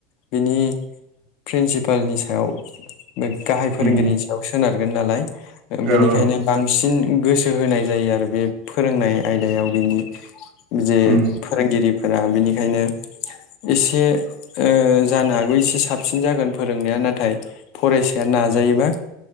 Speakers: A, on the left (about 60°); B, on the right (about 55°).
A: बिनि प्रिन्सिपालनि सायाव गाहाय फोरोंगिरि
B: उम
A: सायाव सोनार खारगोन नालाय ओ बेनिखायनो
B: औ औ
A: बांसिन गोसो होनाय जायो आरो बे फोरोंनाय आयदायाव बिनि जे
B: उम
A: फोरोंगिरि फोरा बेनिखायनो एसे ओ जानो हागौ एसे साबसिन जागोन फोरोंनाया नाथाय फरायसाया नाजायोबा
B: उम